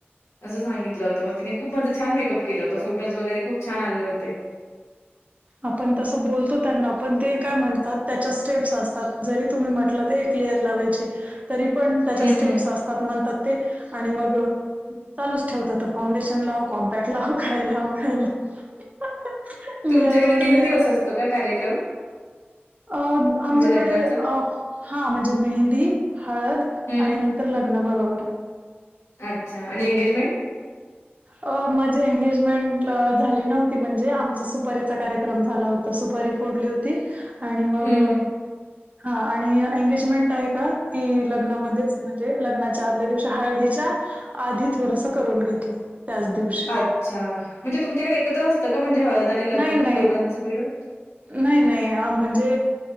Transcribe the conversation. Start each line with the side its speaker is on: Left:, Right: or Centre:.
Left: अस सांगित होत मग त ख छ मेकअप केला हो फोज वगैर खूप छान आले होते
Right: आपण तसं बोलतो त्यांना पण ते काय म्हणतात त्याच्या स्टेप्स असतात जरी तुम्ही म्हटलं एक क्लिअर लावायची तरी पण त्याच्या
Left: हं
Right: स्टेप्स
Left: हं.
Right: असतात म्हणतात ते आणि मग चालूच ठेवत तो फांडेशन लाव कॉम्पॅक्ट लाव काय लाव काय लाव
Left: तुमच्याकडे
Right: लेअर वर
Left: तीन
Right: लेअर
Left: दिवस असतो का कार्यक्रम
Right: अ आमच्याकडे
Left: म्हणजे लग्नाचा?
Right: अ हा म्हणजे मेहंदी हळद
Left: हं.
Right: आणि नंतर लग्न बरोबर आहे
Left: अच्छा आणि एंगेजमेंट
Right: अ माझी एंगेजमेंट झाली नव्हती म्हणजे आमचा सुपारीचा कार्यक्रम झाला होता सुपारी फोडली होती आणि मग
Left: हं हं.
Right: हा आणि एंगेजमेंट आहे का ती लग्नामध्येच म्हणजे लग्नाच्या आदल्या दिवशी हळदीच्या आधी थोडस करून घेतली त्याच दिवशी
Left: अच्छा म्हणजे तुमच्याकडे एकत्र असतं का म्हणजे हळद आणि लग्न
Right: नाही,
Left: म्हणजे
Right: नाही
Left: दोघांच मिळून
Right: नाही नाही म्हणजे